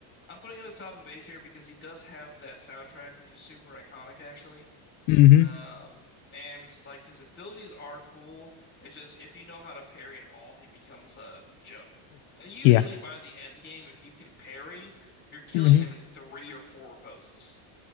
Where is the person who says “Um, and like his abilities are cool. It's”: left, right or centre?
Left